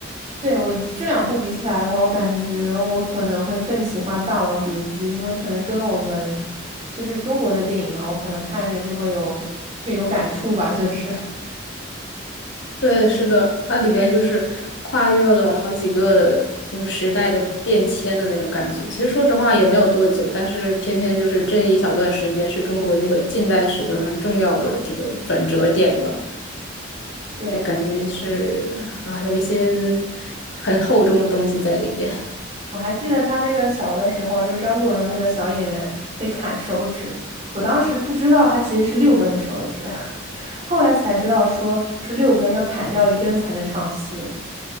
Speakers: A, on the right; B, on the left.
A: 对，我这两部比起来的话，我感觉我可能会更喜欢《霸王别姬》，因为可能跟我们就是中国的电影嘛，我可能看着就会有更有感触吧，就是。
B: 对，是的，它里边就是跨越了好几个的，就是时代的变迁的那种感觉。其实说实话也没有多久，但是偏偏就是这一小段时间是中国那个近代史就很重要的这个转折点吧，
A: 对，
B: 就感觉是啊，有一些很厚重的东西在里边。
A: 我还记得他那个小的时候，就是张国荣那个小演员被砍手指，我当时不知道他其实是六根手指，<laughs> 后来才知道说是六根要砍掉一根才能唱戏。